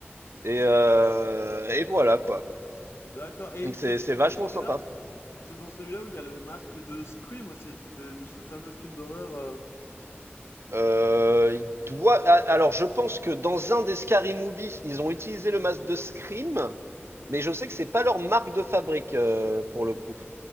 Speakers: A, on the right (about 70°); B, on the left (about 75°).
A: Et, euh, et voilà, quoi.
B: D'accord. Et
A: Donc
B: c'est
A: c'est
B: c'est
A: c'est vachement
B: dans celui-là,
A: sympa.
B: c'est dans celui-là où il y a le masque de Scream aussi, de, de ce fameux film d'horreur. euh,
A: Euh, il doit. a- Alors, je pense que dans un des Scary Movie, ils ont utilisé le masque de Scream, mais je sais que c'est pas leur marque de fabrique euh, pour le coup.